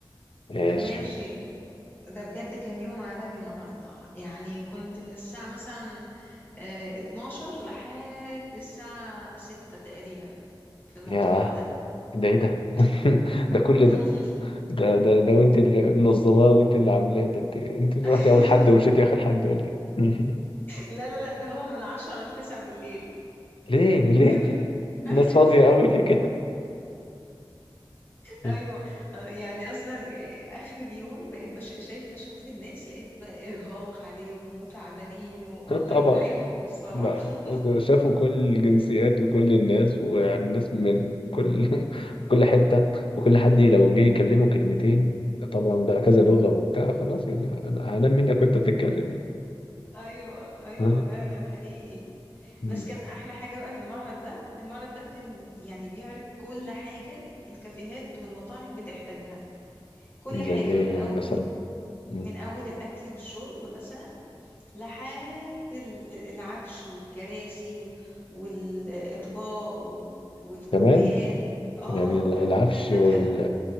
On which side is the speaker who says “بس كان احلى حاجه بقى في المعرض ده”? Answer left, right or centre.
Left